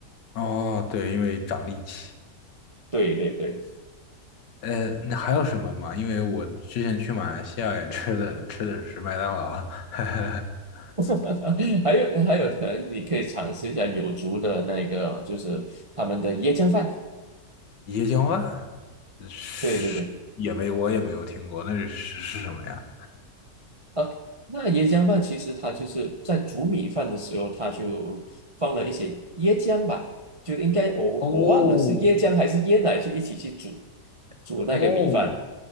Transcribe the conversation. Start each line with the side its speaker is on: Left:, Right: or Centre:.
Left: 哦，对，因为长力气。
Right: 对对对。
Left: 呃，那还有什么吗？因为我之前去马来西亚也吃的吃的是麦当劳，<laughs>
Right: <laughs> 还有还有，可能你可以尝试一下有族的那个，就是他们的椰浆饭。
Left: 椰浆饭，是也没我也没有听过，
Right: 对对对，
Left: 那是是什么呀？
Right: 啊，那椰浆饭其实它就是在煮米饭的时候，它就放了一些椰浆吧，就应该我我忘了是椰浆还是椰奶去一起去煮
Left: 哦
Right: 煮那个米饭，
Left: 哦